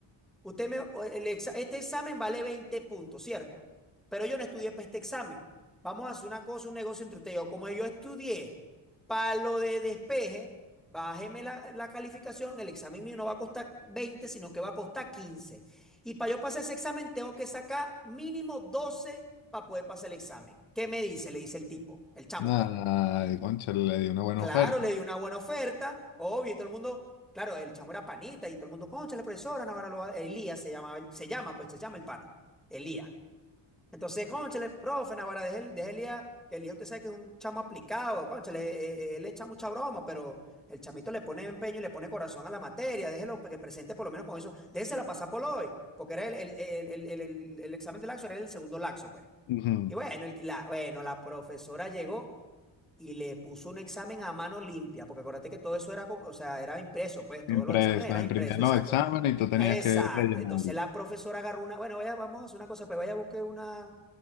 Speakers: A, in the centre; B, on the left.
A: Usted me, o- el exa- este examen vale 20 puntos, ¿cierto? Pero yo no estudié para este examen. Vamos a hacer una cosa, un negocio entre usted y yo. Como yo estudié para lo de despeje, bájeme la, la calificación, el examen mío no va a costar 20, sino que va a costar 15. Y para yo pasar ese examen tengo que sacar mínimo 12 para poder pasar el examen. ¿Qué me dice? Le dice el tipo, el chamo,
B: Nada,
A: pues.
B: concha, le dio una buena
A: Claro,
B: oferta.
A: le dio una buena oferta, obvio, y todo el mundo, claro, el chamo era panita, y todo el mundo, cónchale, profesora, Navarra lo va-". Elías se llamaba, el- se llama, pues se llama el pana, Elías. Entonces, cónchale, profe, Navarra, deje, el- deje Elías, que Elías usted sabe que es un chamo aplicado, cónchale, eh, eh, él, le echa mucha broma, pero el chamito le pone empeño y le pone corazón a la materia, déjelo pues, que presente por lo menos con eso, déjela pasar por hoy, porque era el, el, el, el, el- el- el examen de laxo, era el segundo laxo, pues.
B: Ujú.
A: Y bueno, el- la, bueno, la profesora llegó y le puso un examen a mano limpia, porque acuérdate que todo eso era como, o sea, era impreso, pues todos
B: Impresa,
A: los exámenes eran impresos,
B: imprimían
A: exacto.
B: los exámenes y tú tenías
A: Exacto.
B: que rellenarlo.
A: Entonces la profesora agarró una, bueno, vaya, vamos a hacer una cosa, pues vaya a buscar una,